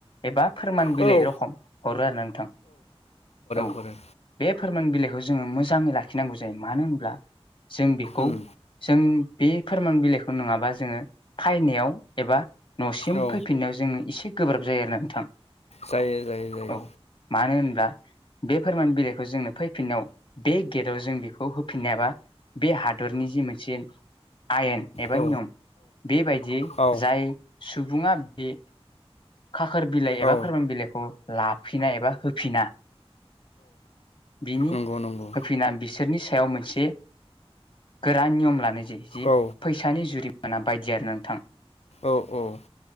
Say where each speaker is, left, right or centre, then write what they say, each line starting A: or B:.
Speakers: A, on the left; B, on the left.
A: एबा फोरमान बिलाइ
B: हरो
A: रखम हरो आरोना नोंथां औ
B: हरो
A: बे फोरमान बिलाइखौ जोङो मोजाङै लाखिनांगौ जायो मानो होनब्ला जों बेखौ
B: उम
A: जों बे फोरमान बिलाइखौ नङाबा जोङो फायनायाव एबा न'सिम
B: औ
A: फैफिननायाव जोङो एसे गोब्राब जायो आरो नोंथां।
B: जायो जायो जायो।
A: औ मानो होनब्ला बे फोरमान बिलाइखौ जोंनो फैफिननायाव बे गेटाव जों बेखौ होफिननो हायाबा बे हादरनि जि मोनसे आयेन एबा
B: औ
A: नियम बेबायदि
B: औ
A: जाय सुबुङा बे खाखोर बिलाइ एबा
B: औ
A: फोरमान बिलाइखौ लाफिना एबा होफिना। बिनि
B: नंगौ नंगौ
A: होफिना बिसोरनि सायाव मोनसे गोरा नियम लानाय जायो जि
B: औ
A: फैसानि जुरिमाना बायदि आरो नोंथां।
B: औ औ